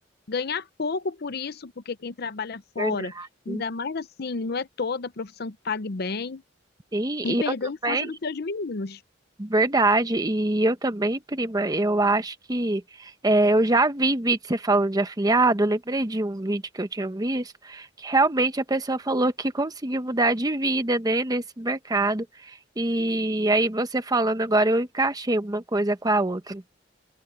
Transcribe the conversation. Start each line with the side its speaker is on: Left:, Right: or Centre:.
Left: ganhar pouco por isso, porque quem trabalha fora,
Right: verdade. Sim,
Left: ainda mais assim, não é toda a profissão que pague bem,
Right: e
Left: e perder
Right: eu também.
Left: a infância dos seus meninos.
Right: Verdade, e eu também, prima, eu acho que eh, eu já vi vídeo você falando de afiliado, eu lembrei de um vídeo que eu tinha visto, que realmente a pessoa falou que conseguiu mudar de vida, né, nesse mercado. E aí você falando agora, eu encaixei uma coisa com a outra,